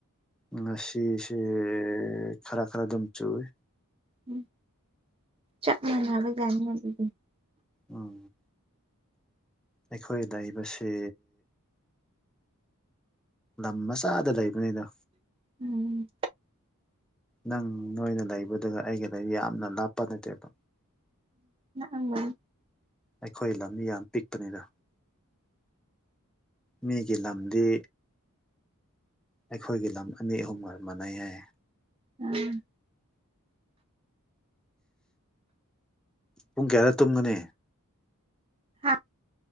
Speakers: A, in the centre; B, on the right (about 25°).
A: ꯉꯁꯤꯁꯦ ꯈꯔ ꯈꯔ ꯑꯗꯨꯝ ꯆꯨꯏ
B: ꯎꯝ ꯆꯞ ꯃꯅꯕ ꯌꯥꯅꯤ ꯑꯗꯨꯗꯤ
A: ꯎꯝ ꯑꯩꯈꯣꯏ ꯂꯩꯕꯁꯤ ꯂꯝ ꯃꯆꯥꯗ ꯂꯩꯕꯅꯤꯗ
B: ꯎꯝ
A: ꯅꯪ ꯅꯣꯏꯅ ꯂꯩꯕꯗꯨꯒ ꯑꯩꯒꯗ ꯌꯥꯝꯅ ꯂꯥꯞꯄ ꯅꯠꯇꯦꯕ
B: ꯎꯝꯪ
A: ꯑꯩꯈꯣꯏ ꯂꯝ ꯌꯥꯝ ꯄꯤꯛꯄꯅꯤꯗ ꯃꯤꯒꯤ ꯂꯝꯗꯤ ꯑꯩꯈꯣꯏꯒꯤ ꯂꯝ ꯑꯅꯤ ꯑꯍꯨꯝꯒ ꯃꯥꯟꯅꯩ ꯍꯥꯏꯏ
B: ꯎꯝ
A: ꯄꯨꯡ ꯀꯌꯥꯔ ꯇꯨꯝꯒꯅꯤ
B: ꯍꯥ